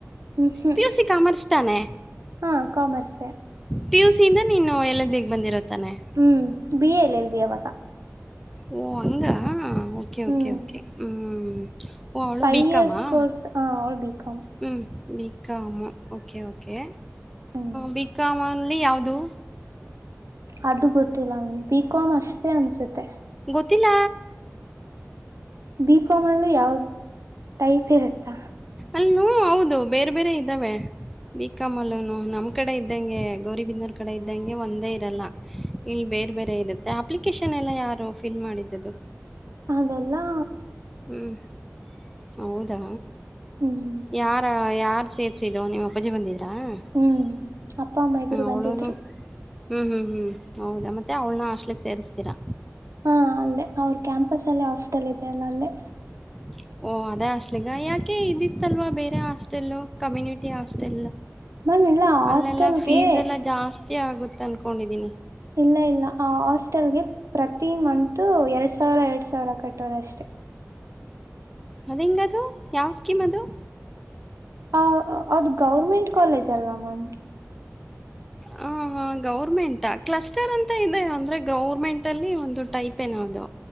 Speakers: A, on the right; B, in the centre.
A: ಹ್ಮ್ ಹ್ಮ್
B: ಪಿ ಯು ಸಿ ಕಾಮರ್ಸ್ ತಾನೆ
A: ಹಾ ಕಾಮರ್ಸೆ
B: ಪಿ ಯುಸಿಯಿಂದ ನೀನು ಎಲ್ ಎಲ್ ಬಿ ಬಂದಿರೋದ್ ತ್ತಾನೆ
A: ಹ್ಮ್ B A L L B ಅವಾಗ
B: ಓ ಅಂಗ ಒಕೆ
A: ಹ್ಮ್
B: ಒಕೆ ಒಕೆ ಹ್ಮ ಓ ಅವ್ಳು
A: ಫೈವ್
B: ಬಿ ಕಾಮ್
A: ಇಯರ್ಸ್
B: ಅ
A: ಕೋರ್ಸ್ ಅವಳು ಬಿ ಕಾಮ್
B: ಹ್ಞೂ ಬಿಕಾಮ್ ಓಕೆ ಓಕೆ
A: ಹ್ಮ್
B: ಬಿ ಕಾಮ್ ಅಲ್ಲಿ ಯಾವುದು
A: ಅದು ಗೊತ್ತಿಲ್ಲ ಮ್ಯಾಮ್ ಬಿ ಕಾಮ್ ಅಷ್ಟೇ ಅನಸುತ್ತೆ
B: ಗೊತ್ತಿಲ್ಲ
A: ಬಿ ಕಾಮ್ ಅಲ್ಲೂ ಯಾವ್ದ್ ಟೈಪ್ ಇರುತ್ತಾ
B: ಅಲ್ ಹೌದು ಬೇರೆ ಬೇರೆ ಇದ್ದಾವೆ ಬಿಕಾಮಲ್ಲೂನು ನಮ್ ಕಡೆ ಇದ್ದಂಗೆ ಗೌರಿಬಿದನೂರ್ ಕಡೆ ಇದ್ದಂಗೆ ಒಂದೇ ಇರಲ್ಲ ಇಲ್ ಬೇರೆ ಬೇರೆ ಇರುತ್ತೆ ಅಪ್ಲಿಕೇಶನ್ ಎಲ್ಲ ಯಾರು ಫಿಲ್ ಮಾಡಿದ್ದದು
A: ಅದೆಲ್ಲಾ
B: ಹ್ಮ್ ಹೌದಾ
A: ಹ್ಮ್
B: ಯಾರ ಯಾರ್ ಸೇ ದುೋ ನೀವು ಅಪ್ಪಾಜೆ ಬಂದಿದೀರಾ ಹ
A: ಹ್ಮ್ ಅಪ್ಪ ಅಮ್ಮ ಇಬ್ರು
B: ಅವಳನು
A: ಬಂದಿದ್ರು
B: ಹ್ಮ್ ಹ್ಮ್ ಹ್ಮ್ ಹೌದ ಮತ್ತೆ ಅವ್ಳನ್ನ ಅಷ್ಟಲಿಕ್ ಸೇರಿಸ್ತೀರಾ
A: ಹಾ ಅಲ್ಲೇ ಅವ್ರ ಕ್ಯಾಂಪಸ್ ಅಲ್ಲಿ ಹಾಸ್ಟೆಲ್ ಇದೆ ಅಲ್ಲ ಅಲ್ಲಿ
B: <inaudible> ಓಹ ಅದೇ ಅಸ್ಲಿಗ ಯಾಕೆ ಇದಿತ್ತಲ್ವಾ ಬೇರೆ ಹಾಸ್ಟೆಲ್ ಕಮ್ಯುನಿಟಿ ಹಾಸ್ಟೆಲ್
A: ಮ್ಯಾಮ್ ಇಲ್ಲ ಹಾಸ್ಟೆಲ್ಗೆ
B: ಅಲ್ಲೆಲ್ಲ ಫೀಸ್ ಎಲ್ಲಾ ಜಾಸ್ತಿ ಆಗುತ್ತ ಅನ್ಕೊಂಡಿದೀನಿ
A: ಇಲ್ಲ ಇಲ್ಲ ಆ ಹಾಸ್ಟೆಲ್ಗೆ ಪ್ರತಿ ಮಂತ್ ಎರಡ್ ಸಾವಿರ ಎರಡು ಸಾವಿರ ಕಟ್ಟೋದಷ್ಟೆ
B: ಅದು ಹಿಂಗದು ಯಾವ ಸ್ಕೀಮ್ ಅದು
A: ಆ ಅದು ಗೌರ್ಮೆಂಟ್ ಕಾಲೇಜ್ ಅಲ್ವಾ ಮ್ಯಾಮ್
B: ಹ ಹಾ ಹ ಗೌರ್ಮೆಂಟ ಕ್ಲಸ್ಟರ್ ಅಂತ ಇದೆ ಅಂದ್ರೆ ಗೌರ್ಮೆಂಟ್ ಅಲ್ಲಿ ಒಂದು ಟೈಪ್ ಏನೋ ಅದು